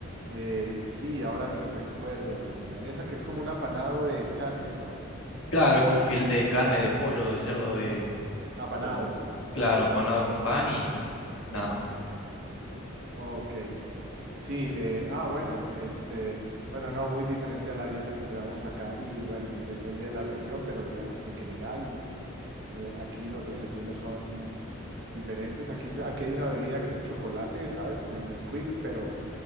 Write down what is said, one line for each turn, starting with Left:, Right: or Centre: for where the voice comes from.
Right: Eh, sí, ahora que recuerdo, la milanesa, que es como un apanado de carne, ¿no?
Left: Claro, es como un filete de carne, de pollo, de cerdo, de...
Right: Apanado.
Left: o- claro, apanado con pan y nada más.
Right: Ok. Sí, eh, ah, bueno, este, bueno, no, muy diferente a la dieta que llevamos acá y bueno, y depende de la región, pero digamos que en general eh, aquí los desayunos son diferentes. Aquí, aquí hay una bebida que es chocolate, ¿sabes? Como el Nesquik, pero